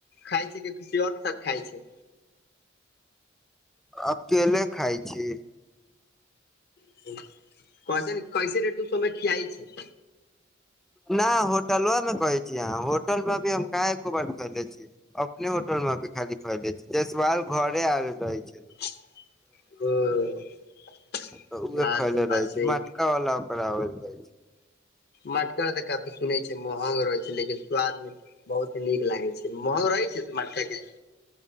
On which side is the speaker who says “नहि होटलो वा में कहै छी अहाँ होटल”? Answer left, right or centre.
Centre